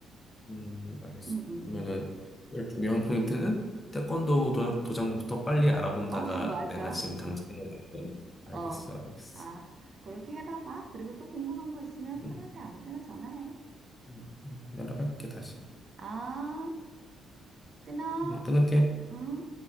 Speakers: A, on the left; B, on the right.
A: 음, 알겠어.
B: 응, 응,
A: 그러면은
B: 응.
A: 제일 중요한 포인트는 태권도 도, 도장부터 빨리 알아본다가
B: <laughs> 어, 맞아.
A: 내가 지금 당장 해야 되는 거니. 알겠어,
B: 어,
A: 알겠어.
B: 아, 그렇게 해봐봐. 그리고 또 궁금한 거 있으면
A: 음,
B: 편할 때 아무 때나 전화해.
A: 음, 음, 연락할게 다시.
B: 아, 끊어.
A: 음, 끊을게.
B: 응.